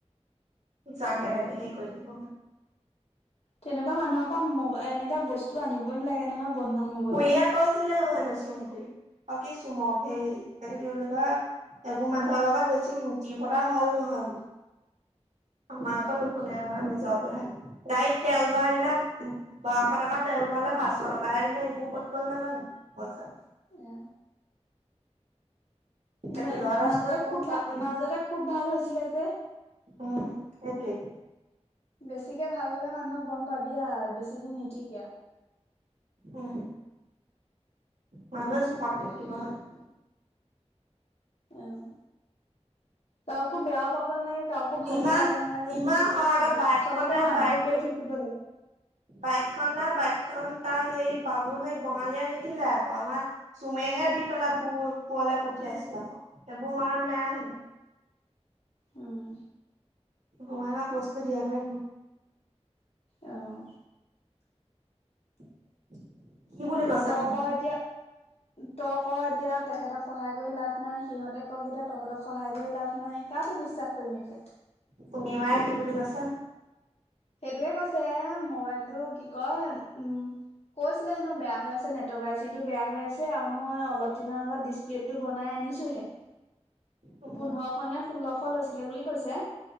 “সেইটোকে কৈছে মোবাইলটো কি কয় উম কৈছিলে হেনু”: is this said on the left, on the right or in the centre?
Left